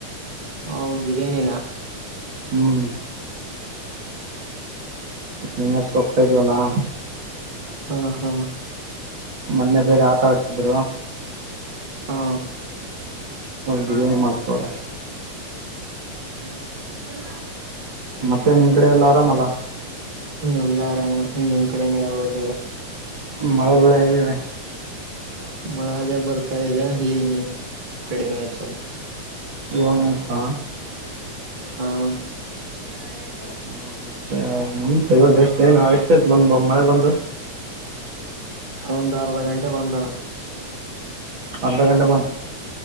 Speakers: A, on the right (about 25°); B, on the right (about 45°).
A: ಹ ಬಿರಿಯಾನಿನ
B: ಹ್ಮ್ ಸಿಂರ್ ಸಕ್ತ ಜೋಲ್ಲ <unintelligible>
A: ಹಾ ಹಾ
B: ಮೊನ್ನೆ ಬೇರೆ ಆಟ ಆಡ್ಸಿದ್.
A: ಹಾ
B: ನಾ ಬಿರಿಯಾನಿ ಮಾಡಿಸ್ತ್ರ
A: ಹ್ಮ್ ಹ್ಮ್ ಹ
B: ಮತ್ತೆ ನಿಮ್ ಕಡೆ ಎಲ್ಲ ಆರಾಮಲ್ಲ
A: ಎಲ್ಲಾ ಆರಾಮಣ ನೀ ನಿಮ್ ಕಡೆನ ಹೇಳ್ಬೇಕಲ್ಲ.
B: ಮಳ ಬೇಳೆ ಹೆಂಗಿದೆ
A: ಮಳದ ಬರ್ತ ಇದೆ ಹ ಕಡಿಮೆಸ
B: ಯಂಗಕ್ಕಾ
A: ಹ್ಮ
B: ಹ ಮತ್ತೆಂತವ ಎಷ್ಟ ಏನು ಎಷ್ಟ ದ ಬಂದ ಮಳೆ ಬಂದು.
A: ಒಂದು ಅರ್ಧ ಗಂಟೆ ಬಂದಾನ.
B: ಅರ್ಧ ಗಂಟೆ ಬಂತು